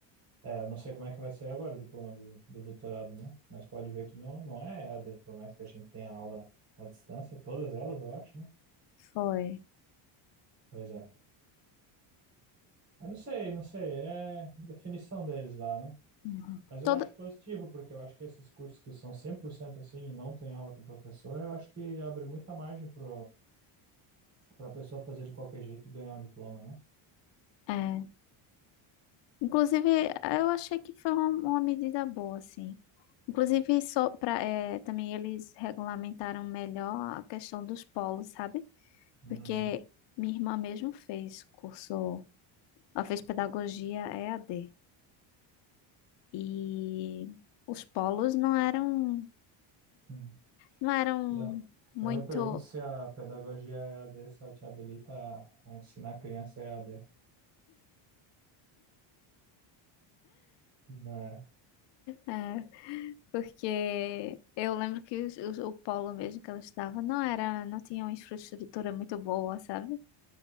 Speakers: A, on the right; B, on the left.
A: É, não sei como é que vai sair agora o diploma do, do doutorado, né? Mas pode ver que não, não é EAD, por mais que a gente tenha aula à distância, todas elas, eu acho, né?
B: foi.
A: Pois é. Eu não sei, não sei, é definição deles lá, né?
B: Uhum.
A: Mas
B: Todo,
A: eu acho positivo, porque eu acho que esses cursos que são 100% assim e não tem aula com o professor, eu acho que abre muita margem para a pessoa fazer de qualquer jeito e ganhar um diploma, né?
B: é. Inclusive, eu achei que foi uma, uma medida boa, assim. Inclusive, só pra, é, também eles regulamentaram melhor a questão dos polos, sabe?
A: Uhum.
B: Porque minha irmã mesmo fez curso, ela fez pedagogia EAD. E os polos não eram,
A: Hum.
B: não eram
A: E Eu,
B: muito.
A: eu me pergunto se a pedagogia E a EAD só te habilita a, a ensinar a criança EAD. né?
B: é, porque eu lembro que os- os- o polo mesmo que ela estudava não era, não tinha uma infraestrutura muito boa, sabe?